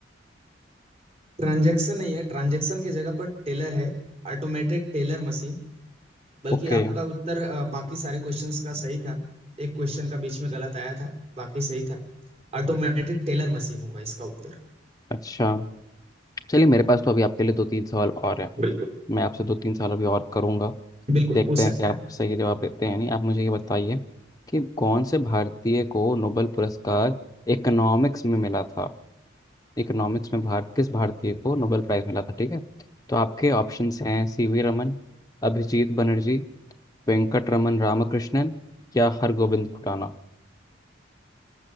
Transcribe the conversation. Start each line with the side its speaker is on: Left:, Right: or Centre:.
Right: ट्रांजैक्शन नहीं है ट्रांजैक्शन की जगह पर टेलर है Automated teller machine बल्कि
Left: ओके
Right: आपका उत्तर अ, बाकी सारे क्वेश्चंस का सही था एक क्वेश्चन का बीच में गलत आया था बाकी सही था ऑटोमेटेड टेलर मशीन होगा इसका उत्तर
Left: अच्छा चलिए मेरे पास तो अभी आपके लिए दो तीन सवाल और हैं
Right: बिल्कुल
Left: मैं आपसे दो तीन सवाल अभी और करूंगा
Right: बिल्कुल
Left: देखते
Right: पूछ सकते
Left: हैं कि आप
Right: हैं
Left: सही जवाब देते हैं या नहीं आप मुझे ये बताइए कि कौन से भारतीय को नोबेल पुरस्कार इकोनॉमिक्स में मिला था इकोनॉमिक्स में भारत किस भारतीय को नोबेल प्राइज मिला था ठीक है तो आपके ऑप्शंस हैं सीवी रमन अभिजीत बनर्जी वेंकट रमन रामकृष्णन या हरगोविंद खुराना